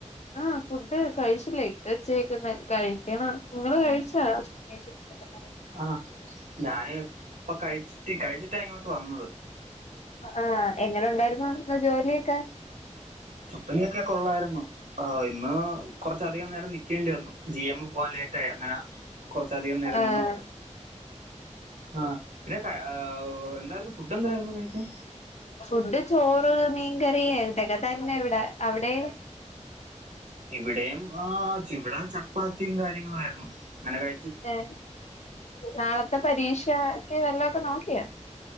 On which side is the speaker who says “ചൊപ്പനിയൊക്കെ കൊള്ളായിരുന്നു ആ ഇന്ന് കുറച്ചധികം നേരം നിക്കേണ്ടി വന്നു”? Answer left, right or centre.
Right